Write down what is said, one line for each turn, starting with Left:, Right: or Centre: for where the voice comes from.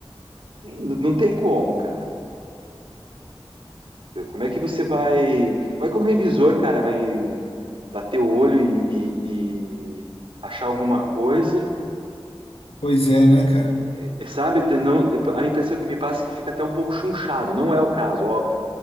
Right: Não não tem como, cara. Como é que você vai. Como é que o revisor, cara, vai bater o olho e, e- e achar alguma coisa?
Left: Pois é, né, cara?
Right: É, é, sabe? tem- não- a impressão que me passa é que fica até um pouco chunchado. Não é o caso, óbvio.